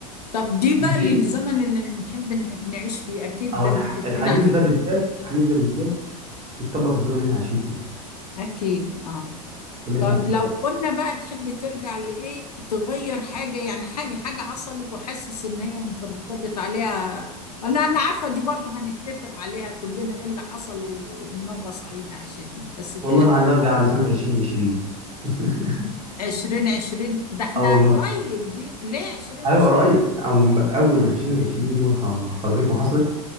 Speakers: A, on the left; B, on the right.
A: طب دي
B: مش تهديد
A: بقى للزمن اللي نحب ن- نعيش فيه اكيد
B: او
A: ده
B: الح-
A: متفقين
B: الحديث
A: عليه
B: ده بالذات الحديث ده بالذات يتطبق في الزمن اللي احنا عايشين فيه
A: اكيد اه
B: واللي
A: طب
B: احنا فيه
A: لو قلنا بقى تحب ترجع لايه تغير حاجة يعني حاجة حاجة حصلت وحاسس ان هي مترتبط عليها ولا انا عارفة دي برضه هنتفق عليها كلنا ايه اللي حصل ومنغص علينا عيشتنا بس ت-
B: والله انا عايز ارجع لسنه 2020 <laughs>
A: عشرين عشرين ده احنا
B: اه والله
A: قريب دي ليه عشرين
B: ايوه
A: عشرين
B: قريب او من بقى اول 2020 دي ما ح- ما حضرتك ما حصلت